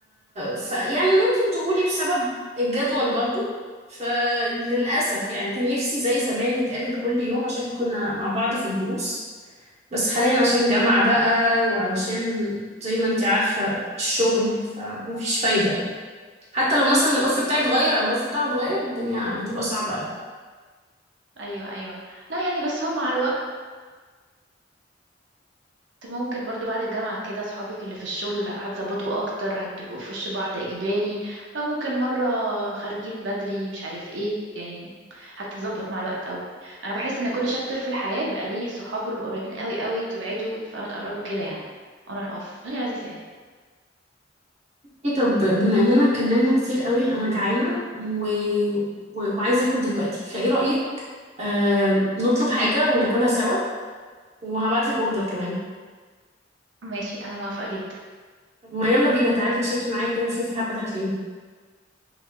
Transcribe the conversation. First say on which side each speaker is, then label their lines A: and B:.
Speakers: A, on the right; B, on the right.
A: ف يعني ممكن تقولي بسبب الجدول برضو فللأسف يعني كان نفسي زي زمان نتقابل كل يوم عشان احنا كنا مع بعض في الدروس بس حاليا عشان جامعة بقى وعلشان زي ما انتي عارفة الشغل فمفيش فايدة حتى لو مثلا الأوف بتاعي اتغير أو الأوف بتاعها اتغير الدنيا بتبقى صعبة قوي
B: ايوه ايوه لا يعني بس هو مع الوقت ممكن برضو بعد الجامعة كده أصحابك اللي في الشغل هتظبطوا أكتر هتبقوا في وش بعض إجباري فممكن مرة خارجين بدري مش عارف ايه يعني هتتظبط مع الوقت أو أنا بحس إن كل شابتر في الحياة بيبقى ليه صحابه اللي قريبين قوي قوي وتبعدوا فما تقربوا كده يعني on and off الدنيا لذيذة يعني
A: ايه طب بما اننا اتكلمنا كتير قوي انا جعانة و... و... وعايزة اكل دلوقتي فايه رأيك آه... نطلب حاجة وناكلها سوا وهبعتلك اوردر كمان
B: ماشي أنا موافقة جدا
A: طب ما يلا بينا تعالي تشيكي معايا كده وشوفي حابة تاكلي ايه